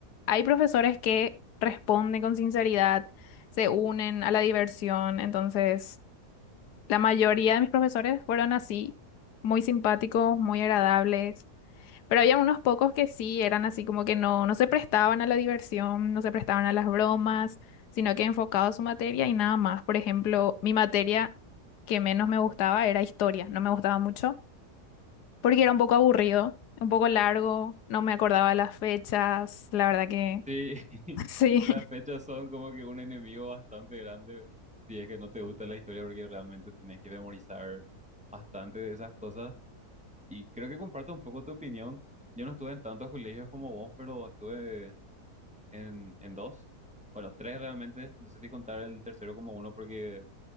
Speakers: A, on the left (about 85°); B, in the centre.
A: hay profesores que responden con sinceridad, se unen a la diversión. Entonces, la mayoría de mis profesores fueron así, muy simpáticos, muy agradables. Pero había unos pocos que sí eran así como que no, no se prestaban a la diversión, no se prestaban a las bromas, sino que enfocados a su materia y nada más. Por ejemplo, mi materia que menos me gustaba era historia, no me gustaba mucho porque era un poco aburrido, un poco largo, no me acordaba las fechas, la verdad que
B: Sí, <laughs>
A: <laughs> sí,
B: las fechas son como que un enemigo bastante grande si es que no te gusta la historia porque realmente tenés que memorizar bastante de esas cosas. Y creo que comparto un poco tu opinión. Yo no estuve en tantos colegios como vos, pero estuve en, en dos, bueno, tres realmente. No sé si contar el tercero como uno porque